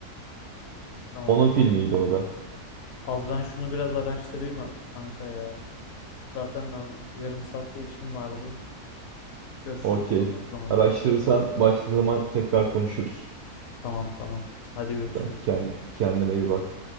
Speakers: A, on the left; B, on the right.
A: tamam.
B: Onun filmiydi o da.
A: Az ben şunu biraz araştırayım ha- kanka ya. Zaten az, yarım saatte işim vardı. Görüşürüz
B: Okey.
A: sonra o zaman.
B: Araştırırsan başka zaman tekrar konuşuruz.
A: Tamam tamam. Hadi görüşürüz.
B: Tamam. Kend- Kendine iyi bak.